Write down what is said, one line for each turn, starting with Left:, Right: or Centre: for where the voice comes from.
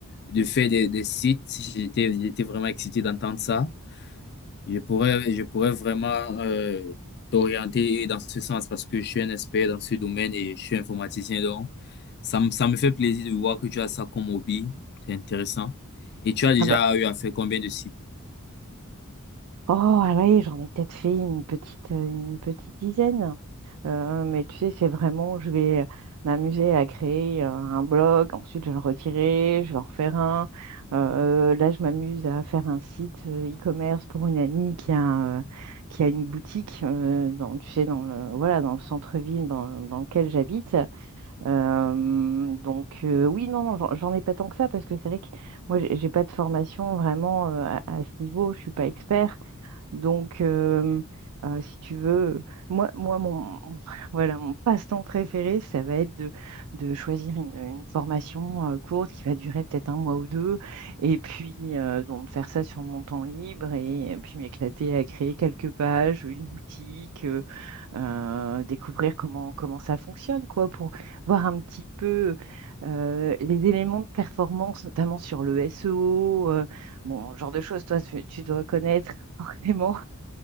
Left: de faire des, des sites, si j'étais, j'étais vraiment excité d'entendre ça. Je pourrais, je pourrais vraiment euh, t'orienter dans ce sens parce que je suis un expert dans ce domaine et je suis informaticien, donc ça me, ça me fait plaisir de voir que tu as ça comme hobby. C'est intéressant. Et tu as déjà
Right: Ah bah
Left: eu à faire combien de sites?
Right: oh allez, j'en ai peut-être fait une petite euh, une petite dizaine. Euh, mais tu sais, c'est vraiment, je vais m'amuser à créer euh, un blog, ensuite je vais le retirer, je vais en refaire un. Euh, là, je m'amuse à faire un site euh, e-commerce pour une amie qui a, euh, qui a une boutique euh, dans, tu sais, dans le, voilà, dans le centre-ville dans dans lequel j'habite. Euh, donc euh, oui, non, non, j'en j'en ai pas tant que ça parce que c'est vrai que moi j'ai j'ai pas de formation vraiment euh, à, à ce niveau, je suis pas expert. Donc, euh, euh, si tu veux, moi, moi mon, <laughs> voilà, mon passe-temps préféré, ça va être de, de choisir une, une formation euh, courte qui va durer peut-être un mois ou deux, et puis euh, donc faire ça sur mon temps libre, et, puis m'éclater à créer quelques pages, une boutique, euh, euh, découvrir comment, comment ça fonctionne, quoi, pour voir un petit peu euh, les éléments de performance, notamment sur le SEO, euh, bon, genre de choses, toi, tu tu dois connaître <laughs> forcément.